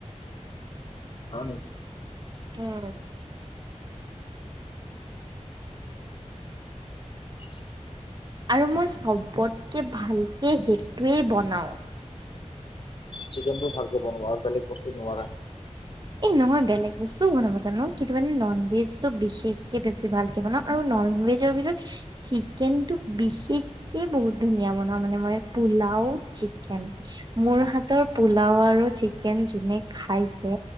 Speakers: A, on the left; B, on the right.
A: হয় নেকি
B: উম <unintelligible>
A: <unintelligible>
B: আৰু মই চবতকে ভালকে সেইটোৱেই বনাও
A: চিকেন টো ভালকে বনাব আৰু বেলেগ বস্তু নোৱাৰা
B: এই নহয় বেলেগ বস্তুও বনাব জানো কিন্তু মানে নন ভেজ তো বিশেষকে বেছি ভালকে বনাওঁ। আৰু নন ভেজৰ ভিতৰত চিকেনটো বিশেষ কে বহুত ধুনীয়া বনাও মানে মই পোলাও, চিকেন। মোৰ হাতৰ পোলাও আৰু চিকেন যোনে খাইছে।